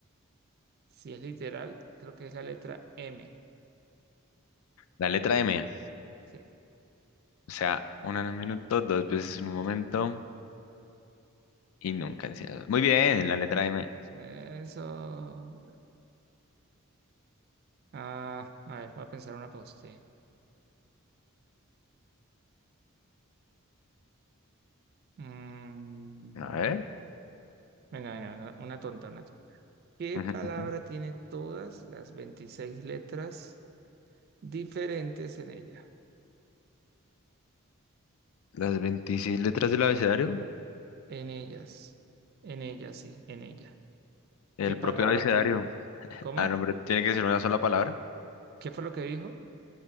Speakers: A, on the right; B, on the left.
A: si es literal, creo que es la letra M.
B: La letra M.
A: Sí,
B: O sea, una en un minuto, dos veces en un momento y nunca en cien. años. Muy bien, la letra M.
A: eso. Ah, a ver, voy a pensar una pausa. sí. Mm,
B: A ver.
A: venga, venga, venga, una tonta, una tonta. ¿Qué
B: Ujú,
A: palabra
B: ujú.
A: tiene todas las 26 letras diferentes en ella?
B: Las 26 letras del abecedario.
A: En ellas, en ella, sí, en ella.
B: El
A: ¿Qué palabra
B: propio abecedario.
A: tiene? ¿Cómo?
B: Ah, no, pero tiene que ser una sola palabra.
A: ¿Qué fue lo que dijo?